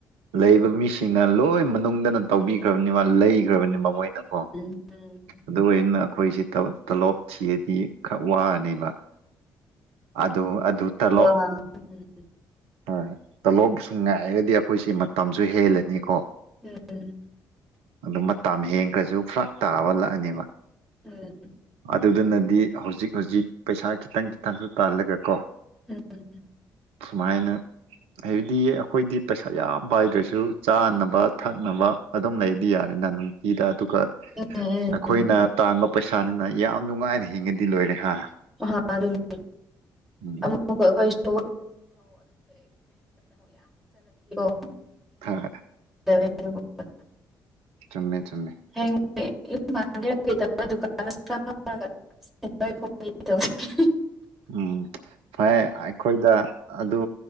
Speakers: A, on the right; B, in the centre.
A: ꯂꯩꯕ ꯃꯤꯁꯤꯡꯅ ꯂꯣꯏ ꯃꯅꯨꯡꯗꯅ ꯇꯧꯕꯤꯈ꯭ꯔꯕꯅꯤꯕ ꯂꯩꯈ꯭ꯔꯕꯅꯤꯕ ꯃꯣꯏꯅꯀꯣ
B: ꯑꯨꯝ
A: ꯑꯗꯨꯑꯣꯏꯅ ꯑꯩꯈꯣꯏꯁꯦ ꯇꯣꯂꯣꯞ ꯊꯤꯔꯗꯤ ꯈꯔ ꯋꯥꯅꯦꯕ ꯑꯗꯨ ꯑꯗꯨ ꯇꯥꯂꯣꯞ
B: <unintelligible>
A: ꯍꯣꯏ ꯇꯣꯞꯁꯨ ꯉꯥꯏꯔꯗꯤ ꯑꯩꯈꯣꯏꯁꯤ ꯃꯇꯝꯁꯨ ꯍꯦꯜꯂꯥꯅꯤꯀꯣ
B: ꯑꯨꯝ
A: ꯑꯗꯨ ꯃꯇꯝ ꯍꯦꯟꯈ꯭ꯔꯁꯨ ꯐ꯭ꯔꯥꯛ ꯇꯥꯕ ꯂꯥꯛꯑꯅꯤꯕ
B: ꯑꯨꯝ
A: ꯑꯗꯨꯗꯨꯅꯗꯤ ꯍꯧꯖꯤꯛ ꯍꯧꯖꯤꯛ ꯄꯩꯁꯥ ꯈꯤꯇꯪ ꯈꯤꯇꯪꯁꯨ ꯇꯥꯜꯂꯒ ꯀꯣ
B: ꯑꯨꯝ
A: ꯁꯨꯃꯥꯏꯅ ꯍꯥꯏꯕꯗꯤ ꯑꯩꯈꯣꯏꯗꯤ ꯄꯩꯁꯥ ꯌꯥꯝ ꯄꯥꯏꯗ꯭ꯔꯁꯨ ꯆꯥꯅꯕ ꯊꯛꯅꯕ ꯑꯗꯨꯝ ꯂꯩꯗꯤ ꯌꯥꯔꯦꯅ ꯑꯗꯨꯒ
B: ꯎꯝ ꯎꯝ
A: ꯑꯩꯈꯣꯏꯅ
B: ꯎꯝ
A: ꯇꯥꯟꯕ ꯄꯩꯁꯥꯅꯤꯅ ꯌꯥꯝ ꯅꯨꯡꯉꯥꯏꯅꯥ ꯍꯤꯡꯉꯥꯗꯤ ꯂꯣꯏꯔꯦ ꯍꯥ
B: ꯍꯥ ꯑꯗꯨꯅꯦ
A: ꯎꯝ
B: ꯑꯃꯨꯛꯀꯥ ꯑꯈꯣꯏꯁꯨ <unintelligible>
A: <unintelligible>
B: <unintelligible>
A: ꯆꯨꯝꯃꯦ ꯆꯨꯝꯃꯦ
B: <unintelligible> <unintelligible>
A: ꯎꯝ ꯐꯩ ꯑꯩꯈꯣꯏꯗꯥ ꯑꯗꯨ